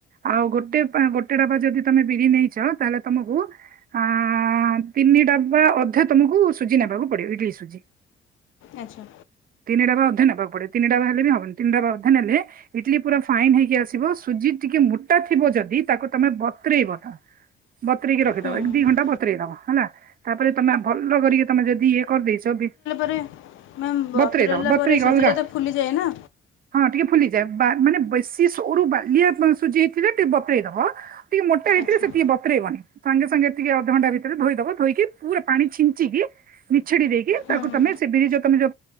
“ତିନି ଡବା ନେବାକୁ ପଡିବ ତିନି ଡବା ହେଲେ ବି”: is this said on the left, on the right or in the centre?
Right